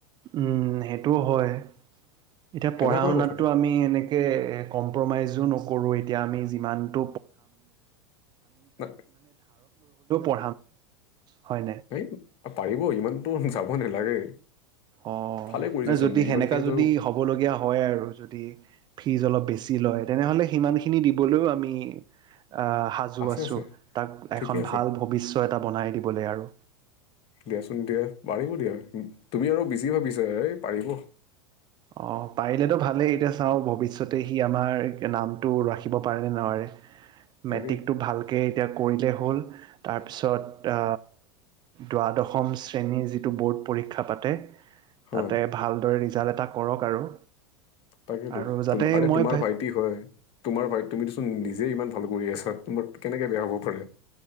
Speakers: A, on the right; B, on the left.
A: উম সেইটোও হয় এতিয়া
B: সেনেকুৱাই
A: পঢ়া শুনাতটো
B: কথাটো
A: আমি এনেকৈ কম্প্ৰমাইজো নকৰোওঁঁ য
B: না-
A: প হয়
B: এই পাৰিব ইমানটো যাব নালাগে
A: অ
B: ভালে কৰিছে
A: ন
B: চোন
A: যদি সেনেকা
B: ইমানখিনিতো
A: যদি হ'ব লগগীয়া হয় আৰু যদি ফীজ অলপ বেছি লয় তেনেহলে সিমানখিনি দিবলৈও আমি আহ সাজু
B: আছে
A: আছো
B: আছে
A: তাক
B: ঠিকে
A: এখন
B: আছে
A: ভাল ভৱিষ্য এটা বনাই দিবলৈ আৰু
B: দিয়াচোন দিয়া পাৰিব দিয়া তুমি আৰু বিজি ভাবিছা এই পাৰিব
A: অ পাৰিলেতো ভালেই এতিয়া চাও ভৱিষতে সি আমাৰ নামটো ৰাখিব পাৰেনে নোৱ
B: তাকে
A: মেট্ৰিকটো ভালকে এতিয়া কৰিলে হ'ল তাৰপিছত দ্বাদশ শ্ৰেণীৰ যিটো ব'ৰ্ড পৰীক্ষা পাতে
B: হা
A: তাতে ভালদৰে ৰিজাল্ট এটা কৰক আৰু
B: তাকেতো
A: আৰু যাতে
B: আৰে
A: মই
B: তোমাৰ ভাইটি হয় তোমাৰ ভাই তুমিতোচোন নিজে ইমান ভাল কৰি আছা তোমাৰ কেনেকে বেয়া হ'ব পাৰে